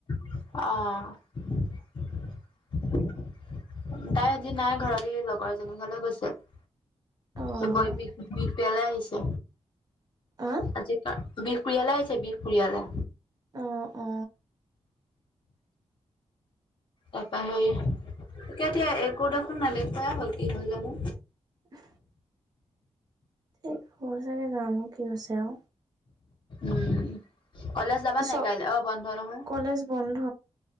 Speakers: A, on the left (about 45°); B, on the right (about 35°).
A: অহ অ অ অ ঢি ঢি ঢি ঢি ঢি হু হু হু তাই আজি নাই ঘৰত ই লগৰ এজনী ঘৰলৈ গৈছে।
B: অ',
A: তয় বৈ বিষ বিষ পেলাই আহিছে।
B: আ?
A: আজিৰপৰা বিহুপুৰিয়ালে আহিছে বিহুপুৰিয়ালে।
B: অ আ আ।
A: তাৰপৰা হেৰি তে এতিয়া এইবোৰ দেখোন নেদেখাই হ'ল কি হল জানো।
B: নে হে হে হেই হব চাগে জানো কি হৈছে আৰু
A: উম উ উ উ, কলেজ যাবা নাই
B: চব
A: কাইলে অ বন্ধ নহয়।
B: কলেজ বন্ধ